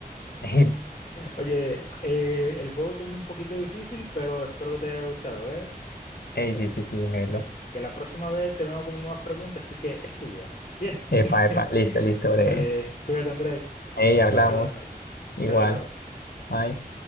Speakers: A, on the left (about 75°); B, on the left (about 40°).
A: <laughs>
B: Oye, eh, el juego estuvo un poquito difícil, pero espero que te haya gustado, ¿eh?
A: Ey,
B: Es-
A: sí, sí, sí, Melo.
B: Que la próxima vez te vengo con nuevas preguntas, así que estudia. Bien.
A: Epa,
B: <laughs>
A: epa, listo, listo, breve.
B: Dale, cuídate, Andrés, y
A: Ey,
B: pase
A: hablamos.
B: buenas noches.
A: Igual.
B: Chao, chao.
A: Bye.